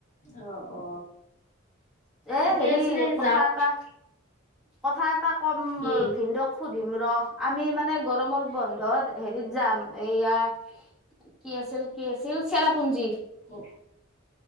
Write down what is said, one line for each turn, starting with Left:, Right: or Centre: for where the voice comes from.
Left: আহ অ।
Centre: এ
Left: ঠিকে
Centre: হেৰি
Left: আছে দে
Centre: কথা
Left: যাওক
Centre: এটা কথা এটা। কম
Left: কি
Centre: ভিনদক সুধিম ৰ আমি মানে গৰমৰ বন্ধত হেৰিত যাম। এইয়া কি আছিল কি আছিল চেৰাপুঞ্জী।
Left: উম।